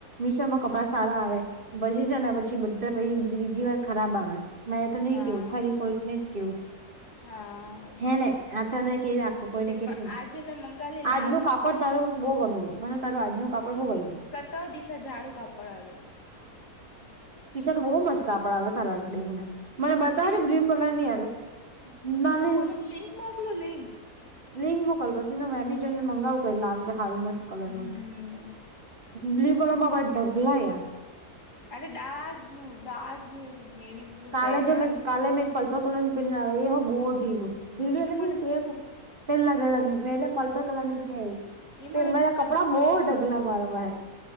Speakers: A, on the right (about 35°); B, on the left (about 55°).
A: મીશોમાં કપડા સારા આવે ભજી જ ને પછી બધા બીજી વાર ખરાબ આવે મે તો નહી
B: હા
A: કેવું ખાલી કોઈકને જ કેવું
B: હા
A: હે ને આટને કેરા કોઈને
B: તે
A: કેતી
B: પણ
A: ના
B: આજે મેં મંગાલી
A: આજનું
B: લાલ મંગાલી
A: કાપડ તારું
B: ને
A: મને બહુ ગમેલું મને તારું આજનું કાપડ બહુ ગમયુ
B: ત દિશા ઝાડુ કાપડવાળું
A: ટી શર્ટ બહુ મસ્ત કાપડ આવ્યો તારા ડેહુ ને મને બતાવ
B: તે
A: ને બ્લુ કલર ની આવ્યો નાની
B: બ્લુ કલર લિંક મોક લું લિંક
A: લિંક મોકલ પછીને મેં બી જોઈને મંગાવું કઈ લાલ હારું મસ્ત કલર
B: હમ
A: નું બ્લુ કલર મારા પાયે ઢગલો યાર
B: અરે dark blue dark blue navy blue
A: કાલે
B: ટાઈપ
A: જો
B: આવે
A: મેં
B: ને
A: કાલે મેં એક પર્પલ કલર ની પહેરી ને આવી એ મને બહુ ઢીલું ઢીલુ છે
B: ઈ
A: એટલે
B: તો મને
A: મીન્સ પેલા દડાની એટલે પલ્પલ કલર ની છે
B: ઈ
A: મેં
B: મને
A: મારા
B: તો
A: કપડા બહુ ઢગલા મારા પાયે